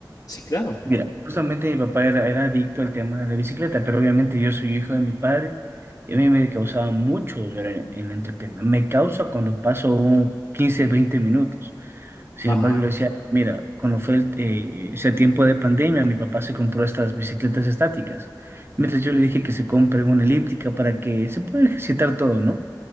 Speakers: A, on the left; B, on the right.
A: Sí, claro.
B: Mira, Justamente mi papá era, era adicto al tema de la bicicleta, pero obviamente yo soy hijo de mi padre y a mí me causaba mucho dolor en, en la entrepierna. Me causa cuando paso un 15, 20 minutos. Sin
A: Ajá.
B: embargo, le decía, mira, cuando fue el, eh, ese tiempo de pandemia, mi papá se compró estas bicicletas estáticas. Mientras yo le dije que se compre una elíptica para que se pueda ejercitar todo, ¿no?